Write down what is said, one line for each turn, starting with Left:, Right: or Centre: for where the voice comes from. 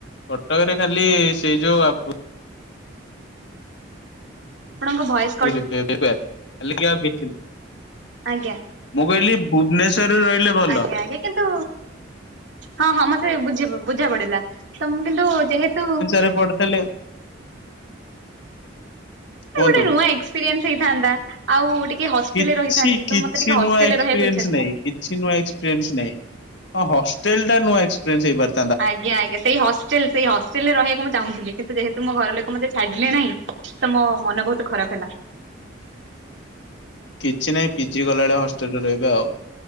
Left: କଟକରେ ଖାଲି ସେଇ ଯୋଉ ବା ପୁ
Right: ଆପଣଙ୍କ ଭୟସ
Left: ପୁରୀ <unintelligible> ଆଲେ ଆଉ ମୁଁ
Right: ଆଜ୍ଞା।
Left: କହିଲି ଭୁବନେଶ୍ବରେ ରହିଲେ ଭଲ
Right: ଆଜ୍ଞା ଆଜ୍ଞା କିନ୍ତୁ ହଁ ହଁ ମତେ ବୁଝି ବୁଝା ପଡିଲା। ତମକୁ କିନ୍ତୁ ଯେହେତୁ
Left: ସେ ପଢ଼ିଥିଲେ କୁହନ୍ତୁ।
Right: ଗୋଟେ ନୂଆ ଏକ୍ସପିରିଏନ୍ସ ହେଇଥାନ୍ତା ଆଉ ଟି କି ହଷ୍ଟେଲରେ
Left: କିଛି
Right: ରହିଥାନ୍ତି
Left: କିଛି
Right: ମୋତେ ଟିକେ ହଷ୍ଟେଲରେ
Left: ନୂଆ ଏକ୍ସପିରିଏନ୍ସ
Right: ରହିବାକୁ ଇଚ୍ଛା ଥିଲା।
Left: ନାହିଁ କିଛି ନୂଆ ଏକ୍ସପିରିଏନ୍ସ ନାଇଁଁ ହଷ୍ଟେଲ ଟା ନୂଆ ଏକ୍ସପିରିଏନ୍ସ ହେଇପାରେ
Right: ଆଜ୍ଞା ଆଜ୍ଞା ସେଇ ହଷ୍ଟେଲ ସେଇ ହଷ୍ଟେଲରେ ରହିବାକୁ ମୁଁ ଚାହୁଁଥିଲି କିନ୍ତୁ ଯେହେତୁ ମୋ ଘର ଲୋକ ମତେ ଛାଡ଼ିଲେ ନାହିଁ। ତ ମୋ ମନ ବହୁତ ଖରାପ ହେଲା।
Left: କିଛି ନାହିଁ ପିଜି କଲାବେଳେ ହଷ୍ଟେଲରେ ରହିବି ଆଉ।